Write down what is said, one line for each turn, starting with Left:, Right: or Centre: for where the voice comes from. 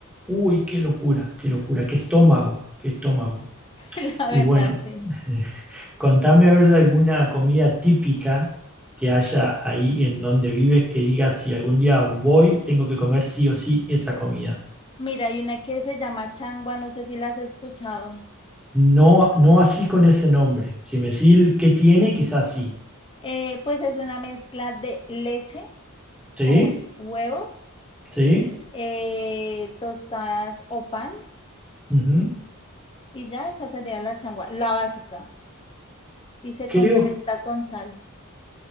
Centre: uy, qué locura, qué locura, qué estómago, qué estómago.
Left: <laughs> la verdad,
Centre: Y bueno,
Left: sí.
Centre: <laughs> contame a ver de alguna comida típica que haya ahí en donde vives que digas si algún día voy, tengo que comer sí o sí esa comida.
Left: Mira, hay una que se llama changua, no sé si la has escuchado.
Centre: No, no así con ese nombre. Si me decís el qué tiene, quizás sí.
Left: Eh, pues es una mezcla de leche
Centre: ¿Sí?
Left: con huevos,
Centre: ¿Sí?
Left: eh, tostadas o pan,
Centre: ujú.
Left: y ya esa sería la changua, la básica. y se
Centre: Creo,
Left: condimenta con sal.